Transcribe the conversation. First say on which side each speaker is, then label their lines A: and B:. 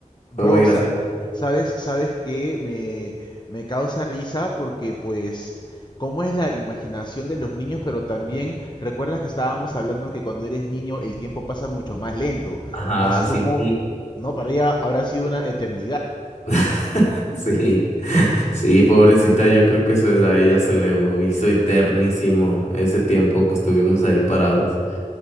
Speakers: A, on the left; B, on the left.
A: bro,
B: fue muy gracioso.
A: sa- ¿sabes, sabes qué? Me, me causa risa porque pues, ¿cómo es la imaginación de los niños? Pero también recuerdas que estábamos hablando que cuando eres niño el tiempo pasa mucho más lento.
B: Ajá,
A: Asumo,
B: sí.
A: no, para ella habrá sido una eternidad.
B: <laughs> Sí, sí, pobrecita, yo creo que eso es- a ella se le hizo eternísimo ese tiempo que estuvimos ahí parados.